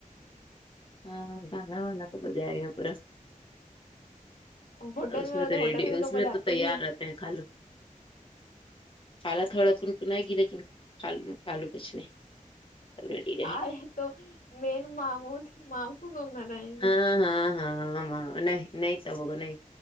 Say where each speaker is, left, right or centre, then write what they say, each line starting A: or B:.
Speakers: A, on the left; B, on the left.
A: ہاں گھانا وان تو بجے آ گیا پورا
B: ہوٹل
A: اس میں تو ریڈی
B: ہوٹل ہم
A: اس
B: لوگ بجاتے
A: میں تو تیار
B: ہی ہے
A: رہتے ہیں خالو خالہ تھوڑا کن کنائی گی لیکن خالو کچھ نہیں ریڈی رہیں
B: آ
A: گے
B: رہے تو مین مامو مامو لوگ نہ رہیں گے
A: ہاں ہاں ہاں نہیں نہیں تبو نہیں